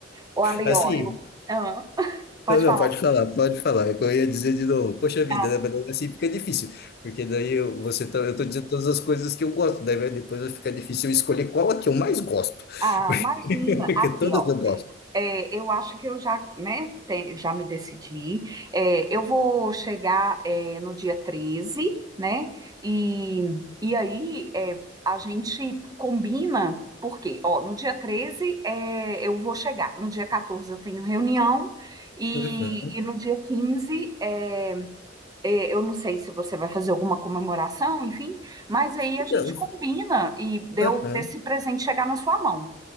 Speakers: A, on the right; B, on the left.
A: Ô, Ale,
B: Assim,
A: ó, eu... Ah, pode
B: não, não,
A: falar.
B: pode falar, pode falar. Eu ia dizer de novo, poxa vida,
A: Ah,
B: né? Mas daí assim fica difícil, porque daí eu, você tá, eu tô dizendo todas as coisas que eu gosto, daí vai, depois vai ficar difícil eu escolher qual a que eu mais gosto,
A: ah, imagina.
B: <laughs> porque
A: Aqui,
B: todas eu gosto.
A: É, eu acho que eu já, né, te- já me decidi. É, eu vou chegar, é, no dia 13, né? E, e aí é, a gente combina, porque, ó, no dia 13 é, eu vou chegar, no dia 14 eu tenho reunião, e,
B: Uhum.
A: e no dia 15 é, é, eu não sei se você vai fazer alguma comemoração, enfim, mas aí a
B: Então,
A: gente combina e deu
B: aham.
A: esse presente chegar na sua mão.